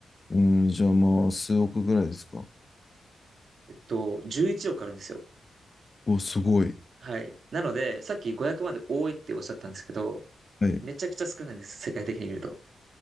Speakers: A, on the left (about 40°); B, on the right (about 65°).
A: うん、じゃあまあ、数億ぐらいですか。
B: えっと、11億あるんですよ。
A: お、すごい。
B: はい。なので、さっき500万で多いっておっしゃったんですけど、
A: はい。
B: めちゃくちゃ少ないんです、世界的に見ると。